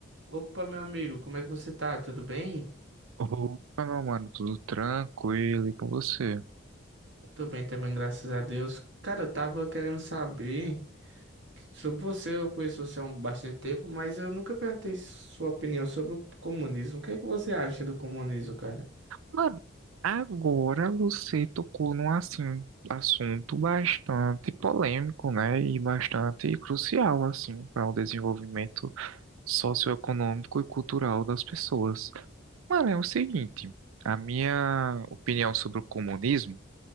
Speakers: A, on the right; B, on the right.
A: Opa, meu amigo, como é que você tá? Tudo bem?
B: Opa, meu mano, tudo tranquilo e com você?
A: Tô bem também, graças a Deus. Cara, eu tava querendo saber sobre você. Eu conheço você há um bastante tempo, mas eu nunca perguntei sua opinião sobre o comunismo. O que é que você acha do comunismo, cara?
B: Mano, agora você tocou num assim, assunto bastante polêmico, né? E bastante crucial, assim, para o desenvolvimento socioeconômico e cultural das pessoas. Mano, é o seguinte, a minha opinião sobre o comunismo